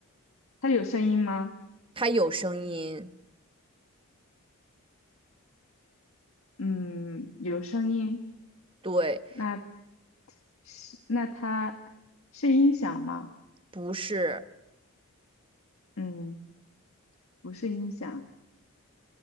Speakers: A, on the left (about 65°); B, on the right (about 25°).
A: 它有声音吗？
B: 它有声音，
A: 嗯，有声音，
B: 对，
A: 那是，那它是音响吗？
B: 不是，
A: 嗯，不是音响，